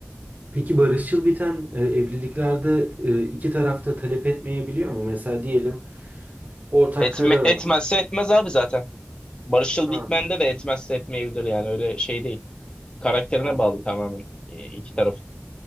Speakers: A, on the right; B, on the left.
A: Peki barışçıl biten e, evliliklerde e, iki tarafta talep etmeyebiliyor mu? Mesela diyelim Ortak
B: Etme,
A: karar
B: etmezse
A: al.
B: etmez abi zaten. Barışçıl
A: Ha,
B: Bitmen'de de etmezse etmeyebilir yani öyle şey değil. Karakterine
A: anladım.
B: bağlı tamamen e, iki taraf.